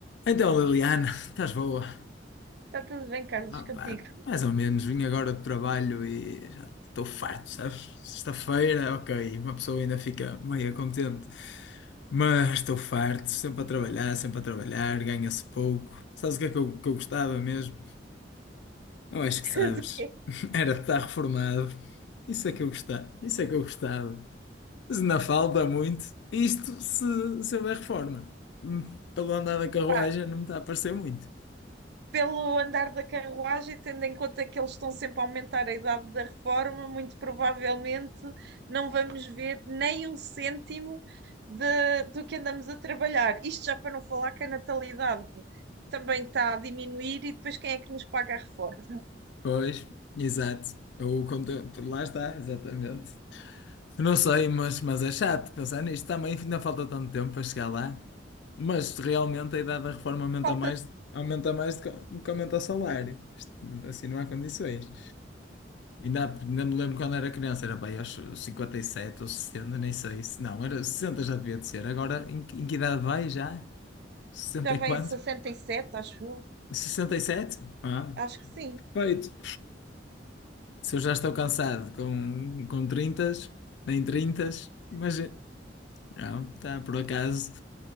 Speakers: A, on the left; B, on the right.
A: Então, Liliana, estás boa?
B: Está tudo bem, Carlos,
A: Ah,
B: contigo.
A: pá, mais ou menos, vim agora do trabalho e já estou farto, sabes? Sexta-feira, ok, uma pessoa ainda fica meio contente, mas estou farto, sempre a trabalhar, sempre a trabalhar, ganha-se pouco. Sabes o que é que eu, que eu gostava mesmo? Eu acho
B: <laughs>
A: que sabes,
B: Tudo bem,
A: <laughs> era de estar reformado. Isso é que eu gostava, isso é que eu gostava. Mas ainda falta muito, isto se, se houver reforma. Hum, Pelo andar da carruagem
B: pá.
A: não me está a parecer muito.
B: Pelo andar da carruagem, tendo em conta que eles estão sempre a aumentar a idade da reforma, muito provavelmente não vamos ver nem um cêntimo de- do que andamos a trabalhar. Isto já para não falar que a natalidade também está a diminuir e depois quem é que nos paga a reforma?
A: Pois, exato. O conteúdo, lá está, exatamente. Não sei, mas, mas é chato pensar nisto. Também ainda falta tanto tempo para chegar lá. Mas realmente a idade da reforma aumenta
B: Falta
A: mais, aumenta mais do que do que aumenta o salário. Isto, Assim não há condições. Ainda, há- ainda me lembro quando era criança, era bem, aos 57 ou 60, nem sei se não, era 60 já devia de ser. Agora em, que em que idade vai já? sessenta
B: já vem
A: e quatro
B: 67, acho eu.
A: sessenta e sete Ah,
B: Acho que sim.
A: perfeito. Se eu já estou cansado com, com trinta nem trinta mas eh, não, está por acaso.